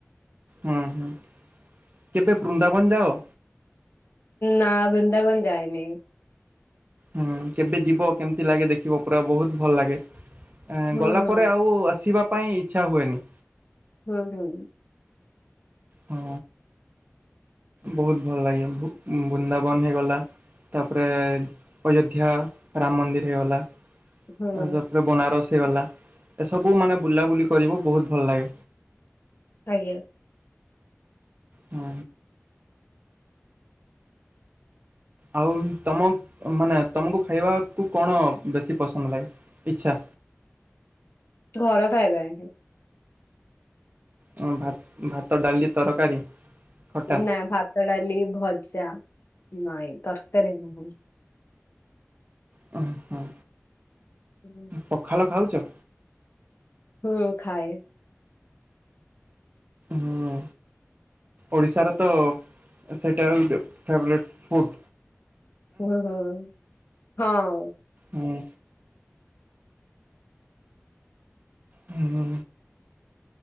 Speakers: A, on the right; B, on the left.
A: ହୁଁ ହୁଁ କେବେ ବୃନ୍ଦାବନ ଯାଅ
B: ନା ବୃନ୍ଦାବନ ଯାଇନି।
A: ହୁଁ କେବେ ଯିବ କେମିତି ଲାଗେ ଦେଖିବ ପୁରା ବୋହୁତ୍ ଭଲ ଲାଗେ। ଏଁ
B: ହୁଁ
A: ଗଲାପରେ
B: ହୁଁ
A: ଆଉ ଆସିବା ପାଇଁ ଇଚ୍ଛା ହୁଏନି।
B: ହୁଁ ହୁଁ।
A: ହଁ ବୋହୁତ ଭଲ ଲାଗେ ବୁ-ବୁନ୍ଦାବନ ହେଇଗଲା। ତାପରେ ଅଯୋଧ୍ୟା ରାମ ମନ୍ଦିର ହେଇଗଲା
B: ହୁଁ
A: ଆ ବନାରସ ହେଇଗଲା ଏସବୁ ମାନେ ବୁଲାବୁଲି କରିବୁ ବୋହୁତ ଭଲ ଲାଗେ।
B: ଆଜ୍ଞା।
A: ହୁଁ। ଆଉ ତମ ମାନେ ତମୁକୁ ଖାଇବାକୁ କଣ ବେଶୀ ପସନ୍ଦ ଲାଗେ ଇଚ୍ଛା?
B: ଘର ଖାଇବା ହିଁ।
A: ଭା-ଭାତ, ଡାଲି, ତରକାରୀ। ଖଟା।
B: ନା ଭାତ, ଡାଲି, ଭଜା ନାଇଁ ତରକାରୀ ନୁହେଁ।
A: ହଁ ହଁ।
B: ହୁଁ।
A: ପଖାଳ ଖାଉଚ?
B: ହୁଁ ଖାଏ।
A: ହୁଁ। ଓଡ଼ିଶାର ତ ସେଟା ଗୁଟେ ଫେବ୍ରାଇଟ୍ ଫୁଟ୍।
B: ହୁଁ ହୁଁ ହଁ।
A: ହୁଁ। ହୁଁ।